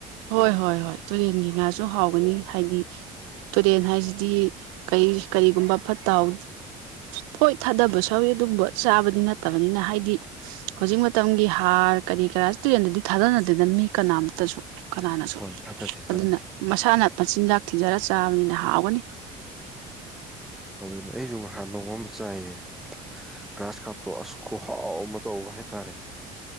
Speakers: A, on the right (about 80°); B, in the centre.
A: ꯍꯣꯏ ꯍꯣꯏ ꯍꯣꯏ ꯇꯨꯔꯦꯟꯒꯤ ꯉꯥꯁꯨ ꯍꯥꯎꯒꯅꯤ ꯍꯥꯏꯗꯤ
B: ꯎꯝ
A: ꯇꯨꯔꯅ ꯍꯥꯏꯁꯤ ꯗꯤ ꯀꯔꯤ ꯀꯔꯤꯒꯨꯝꯕ ꯐꯠꯇꯥꯎ ꯄꯣꯏꯠ ꯊꯥꯗꯕ ꯁꯎꯋꯤ ꯑꯗꯨꯒꯕ ꯆꯥꯕꯗꯤ ꯅꯠꯇꯕꯅꯤꯅ ꯍꯥꯏꯗꯤ ꯍꯧꯖꯤꯛ ꯃꯇꯝꯒꯤ ꯍꯥꯔ ꯀꯔꯤ ꯀꯔꯥ ꯇꯨꯔꯦꯟꯗꯗꯤ ꯊꯥꯗꯅꯗꯦꯗꯅ ꯃꯤ ꯀꯅꯥꯝꯇ ꯇꯁꯨ ꯀꯅꯥꯅꯁꯨ
B: ꯍꯣꯏ ꯊꯥꯗꯗꯦ ꯊꯥꯗꯗꯦ
A: ꯑꯗꯨꯅ ꯃꯁꯥꯅ ꯄꯟꯆꯤꯟꯖꯥꯛ ꯊꯤꯖꯔꯒ ꯆꯥꯕꯅꯤꯅ ꯊꯕꯒꯅꯤ
B: ꯑꯗꯨꯅꯦ ꯑꯩꯁꯨ ꯉꯥꯏꯍꯥꯛ ꯅꯣꯡ ꯑꯃ ꯆꯥꯏꯌꯦ ꯒ꯭ꯔꯥꯁ ꯀꯥꯞꯇꯣ ꯑꯁ ꯈꯍꯥꯎ ꯑꯃ ꯇꯧꯕ ꯍꯥꯏꯇꯥꯔꯦ